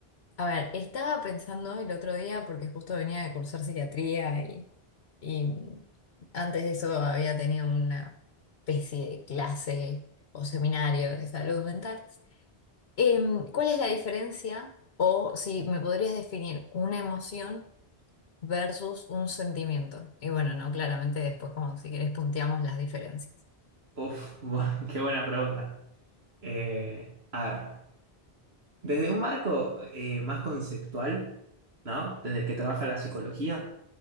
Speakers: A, on the left (about 70°); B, on the right (about 75°).
A: a ver, estaba pensando el otro día, porque justo venía de cursar psiquiatría y, y mm, antes de eso había tenido una especie de clase o seminario de salud mental. Em, ¿cuál es la diferencia o si me podrías definir una emoción versus un sentimiento? Y bueno, no, claramente después como si querés punteamos las diferencias.
B: Uf, bu- <laughs> qué buena pregunta. Eh, a ver, desde un marco eh, más conceptual, ¿no? Desde el que trabaja la psicología,